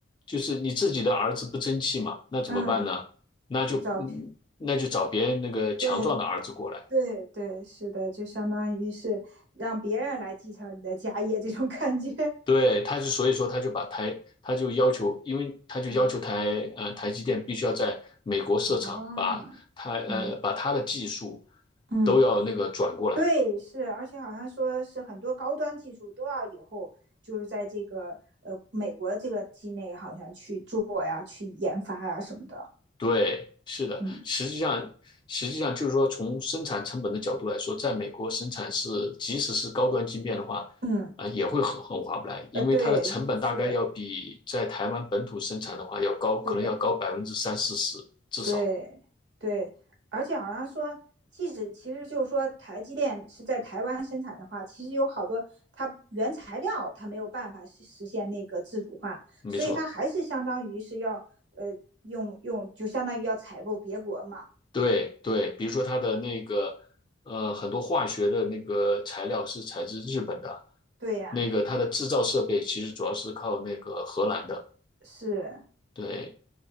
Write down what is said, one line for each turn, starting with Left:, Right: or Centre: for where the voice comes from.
Left: 就是你自己的儿子不争气嘛，那怎么办呢？
Right: 嗯，
Left: 那就嗯，
Right: 就找，<laughs>
Left: 那就找别人那个强壮的儿子过来。
Right: 对对对，是的，就相当于是让别人来继承你的家业这种感觉，
Left: 对，他就所以说他就把台，他就要求，因为他就要求台呃台积电必须要在美国设厂，
Right: <laughs> 嗯，哦，
Left: 把他呃把他的技术
Right: 嗯嗯。
Left: 都要那个转过来。
Right: 对，是，而且好像说是很多高端技术都要以后就是在这个呃美国这个境内好像去做呀、去研发呀什么的。
Left: 对，是的，
Right: 嗯
Left: 实际上，实际上就是说，从生产成本的角度来说，在美国生产是，即使是高端晶片的话，
Right: 嗯，
Left: 啊、也会很很划不来，因为它的成本大概要比在台湾本土生产的话要高，
Right: 呃，对，是的，
Left: 可能要高百分之三四十，
Right: 是的，
Left: 至少，
Right: 对对，而且好像说，即使其实就是说台积电是在台湾生产的话，其实有好多它原材料它没有办法实实现那个自主化，
Left: 没错。
Right: 所以它还是相当于是要呃用用就相当于要采购别国嘛。
Left: 对对，比如说它的那个，呃，很多化学的那个材料是采自日本的，
Right: 对呀、
Left: 那个它的制造设备其实主要是靠那个荷兰的，
Right: 是，
Left: 对，